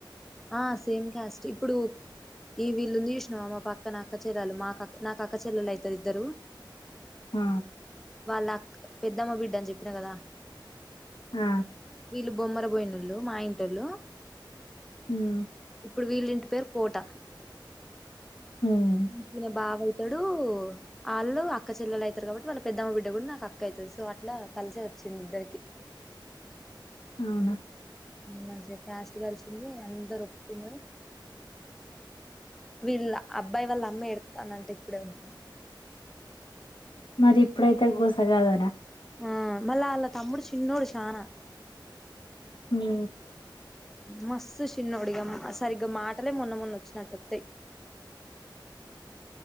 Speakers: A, in the centre; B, on the left (about 70°).
A: ఆ సేమ్ క్యాస్ట్ ఏ ఇప్పుడు ఈ వీళ్ళు ఉంది చూసినవా మా పక్క నా అక్క చెల్లలు మా నా అక్క చెల్లలు అయితారు ఇద్దరు
B: ఆ
A: వాళ్ళ అక్ పెద్దమ్మ బిడ్డ అని చెప్పిన కదా
B: ఆ
A: వీళ్ళు బొమ్మర పోయినోళ్ళు మా ఇంటోళ్ళు
B: మ్మ్
A: ఇప్పుడు వీళ్ళంటి పేరు కోట
B: ఉమ్
A: మ్ బాబా అయ్ వాళ్ళు అక్క చెల్లలు అయితారు కాబట్టి వాళ్ళ పెద్దమ్మ బిడ్డ కూడా నాకు అక్క అయితది, సో అట్లా కలిసే వచ్చింది ఇద్దరికి
B: అవునా
A: మంచిగా క్యాస్ట్ కలిసింది అందరు ఒప్పుకున్నారు వీళ్ళ అబ్బాయి వాళ్ళ అమ్మ ఎడతాన అంటే ఇప్పుడే ఉంటాంది
B: మరి ఇప్పుడైతే గుసగాదనా
A: ఆ మళ్ళా అళ్ళ తమ్ముడు చిన్నోడు చానా
B: మ్
A: మస్తు చిన్నోడిగామ్మ సరిగ్గా మాటలే మొన్న మొన్న వచ్చినట్ వస్తాయి